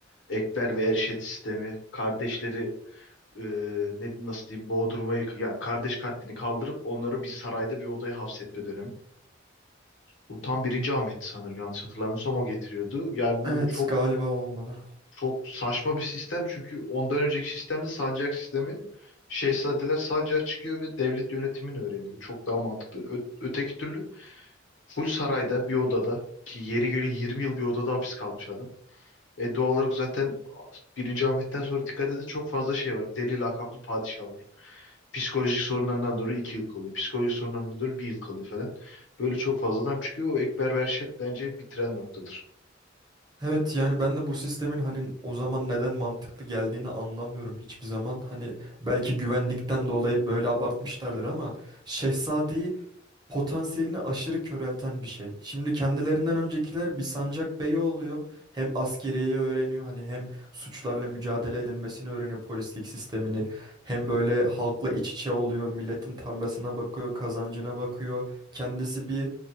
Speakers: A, on the left; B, on the right.
A: Ekber ve Erşet sistemi. Kardeşleri e, ne nasıl diyeyim boğdurmayı yani kardeş katlini kaldırıp onları bir sarayda bir odaya hapsetme dönemi. Bu tam birinci Ahmet'ti sanırım yanlış hatırlamıyorsam o getiriyordu. Yani bu
B: Evet,
A: çok
B: galiba o olmalı.
A: Çok saçma bir sistem çünkü ondan önceki sistemde sancak sistemi şehzadeler sancağa çıkıyor ve devlet yönetimini öğreniyor. Çok daha mantıklı. Ö- öteki türlü full sarayda bir odada ki yeri geliyor 20 yıl bir odada hapis kalmış adam. E doğal olarak zaten birinci Ahmet'ten sonra dikkat edin çok fazla şey var. Deli lakaplı padişah var. Psikolojik sorunlarından dolayı 2 yıl kalıyor. Psikolojik sorunlarından dolayı bir yıl kalıyor falan. Böyle çok fazla adam çıkıyor. O Ekber Verşet bence bitiren noktadır.
B: Evet yani ben de bu sistemin hani o zaman neden mantıklı geldiğini anlamıyorum hiçbir zaman. Hani belki güvenlikten dolayı böyle abartmışlardır ama Şehzade'yi potansiyelini aşırı körelten bir şey. Şimdi kendilerinden öncekiler bir sancak beyi oluyor. Hem askeriyeyi öğreniyor hani hem suçlarla mücadele edilmesini öğreniyor polislik sistemini. Hem böyle halkla iç içe oluyor. Milletin tarlasına bakıyor, kazancına bakıyor. Kendisi bir